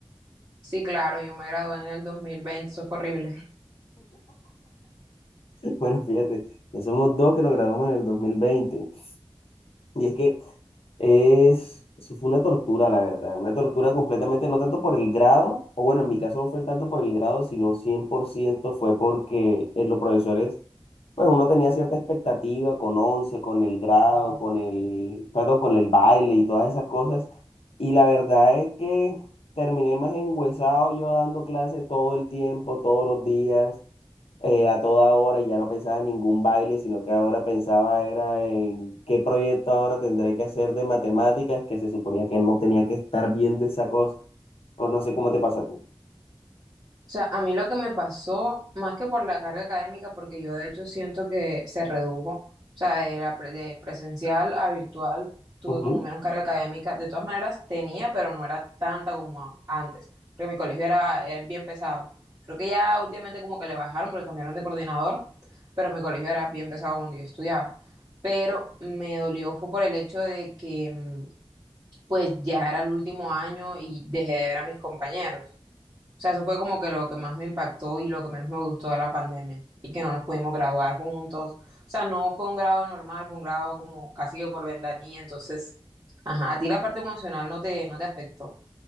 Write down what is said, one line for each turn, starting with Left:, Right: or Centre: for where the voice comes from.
Right: Sí, claro, yo me gradué en el 2020, eso fue horrible.
Left: <laughs> Bueno, fíjate, ya somos dos que nos graduamos en el dos mil veinte Y es que es, eso fue una tortura, la verdad. Una tortura completamente, no tanto por el grado, o bueno, en mi caso no fue tanto por el grado, sino 100% fue porque eh, los profesores Pues uno tenía cierta expectativa con once, con el grado, con el, perdón, con el baile y todas esas cosas. Y la verdad es que terminé más enguesado yo dando clases todo el tiempo, todos los días, eh, a toda hora, y ya no pensaba en ningún baile, sino que ahora pensaba era en qué proyecto ahora tendré que hacer de matemáticas, que se suponía que no tenía que estar viendo esa cosa, o no sé cómo te pasa a ti.
Right: O sea, a mí lo que me pasó, más que por la carga académica, porque yo de hecho siento que se redujo, o sea, de, la pre- de presencial a virtual tuve
Left: Ujú.
Right: como menos carga académica. De todas maneras, tenía, pero no era tanta como a- antes, porque mi colegio era, era bien pesado. Creo que ya últimamente como que le bajaron porque cambiaron de coordinador, pero mi colegio era bien pesado cuando yo estudiaba. Pero me dolió fue por el hecho de que mm, pues ya era el último año y dejé de ver a mis compañeros. O sea, eso fue como que lo que más me impactó y lo que menos me gustó de la pandemia. Y que no nos pudimos graduar juntos. O sea, no fue un grado normal, fue un grado como casi que por ventanilla. Entonces, ajá, a ti la parte emocional no te, no te afectó,